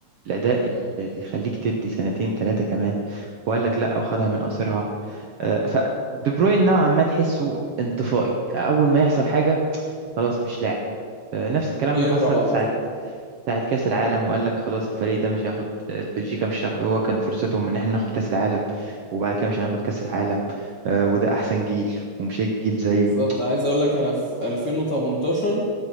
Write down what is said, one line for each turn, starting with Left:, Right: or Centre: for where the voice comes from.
Right: الأداء اللي يخليك تدي سنتين ثلاثة كمان وقال لك لا وخدها من قصيرها آه، ف دي بروين نوعا ما تحسه انطفائي أول ما
Left: مم.
Right: يحصل حاجة خلاص مش لاعب آه، نفس
Left: بيهرب
Right: الكلام اللي حصل
Left: على طول
Right: بتاعت كأس العالم وقال لك خلاص الفريق ده مش هياخد بلجيكا مش هتاخد هو كان فرصتهم ان احنا ناخد كأس العالم وبعد كده مش هناخد كأس العالم آه، وده احسن جيل ومش هيجي جيل زيه
Left: بالظبط عايز اقول لك انا في 2018